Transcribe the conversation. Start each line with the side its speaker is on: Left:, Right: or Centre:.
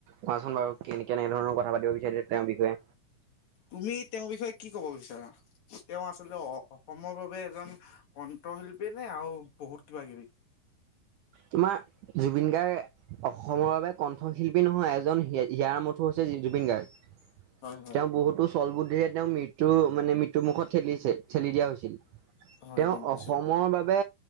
Right: কোৱাচোন বাৰু কেনে কে কেনে ধৰণৰ কথা পাতিব বিচাৰিছে তেওঁৰ বিষয়ে।
Left: তুমি তেওঁৰ বিষয়ে কি কব বিচাৰা? তেওঁ আচলতে অ অসমৰ বাবে এজন কণ্ঠশিল্পীয়ে নে আৰু বহুত কিবা কিবি?
Right: তোমাৰ জুবিন গাৰ্গ অসমৰ বাবে কণ্ঠশিল্পী নহয় এজন ইিয়াৰ মঠোৰ হৈছে জুবিন গাৰ্গ।
Left: হয় হয়
Right: তেওঁ বহুতো চ্বল বুদ্ধিৰে তেওঁ মৃত্যু মানে মৃত্যু মুুখত ঠেলিছে ঠেলি দিয়া হৈছে।
Left: হয়
Right: তেওঁ
Left: গম পাইছো
Right: অসমৰ বাবে